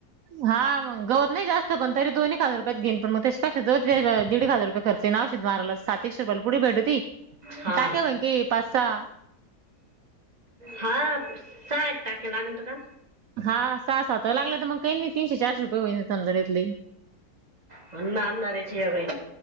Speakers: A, on the right; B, on the right.
A: हा, मग गवत नाही जास्त पण तरी दोन एक हजार पत घेईन पण मग त्यापेक्षा दीड एक हजार रुपये खर्च आहे ना, औषध मारायला सात एकशे रूपयेला पुडी भेटती.
B: हा
A: <unintelligible> पाच सहा
B: हा सहा एक टाके लागतो का?
A: हा सहा सात लागले तर मग काही नाही तीनशे चारशे रुपये होईन तर लइत लय.
B: पण <unintelligible> बाई.